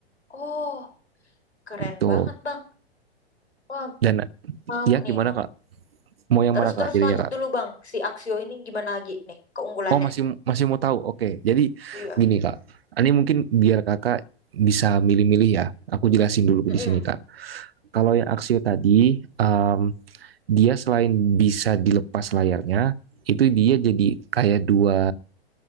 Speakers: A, on the left (about 85°); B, on the right (about 65°).
A: Oh, keren
B: gitu
A: banget Bang. Wah,
B: dan
A: mau
B: ya
A: nih,
B: gimana
A: mau.
B: kak mau yang
A: Terus-terus
B: mana kak jadinya
A: lanjut
B: kak
A: dulu Bang. Si Axio ini gimana lagi nih keunggulannya?
B: Oh masih masih mau tahu. Oke. Jadi
A: Iya.
B: gini Kak. Ini mungkin biar Kakak bisa milih-milih ya. Aku jelasin dulu
A: Mm-mm.
B: di sini Kak. Kalau yang Axio tadi em, dia selain bisa dilepas layarnya, itu dia jadi kayak dua